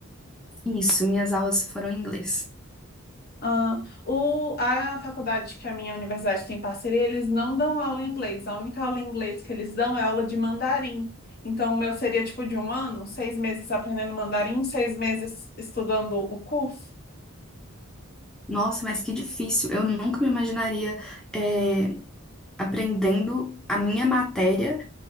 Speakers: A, in the centre; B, on the left (about 45°).
A: Isso, minhas aulas foram em inglês.
B: Ah, o, a faculdade que a minha universidade tem parceria, eles não dão aula em inglês. A única aula em inglês que eles dão é aula de mandarim. Então, o meu seria tipo de um ano, seis meses aprendendo mandarim, seis meses estudando o curso.
A: Nossa, mas que difícil. Eu nunca me imaginaria eh, aprendendo a minha matéria